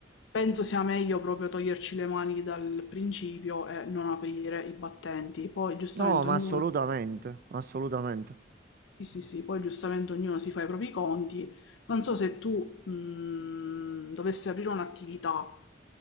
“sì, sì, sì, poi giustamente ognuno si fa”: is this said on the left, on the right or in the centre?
Left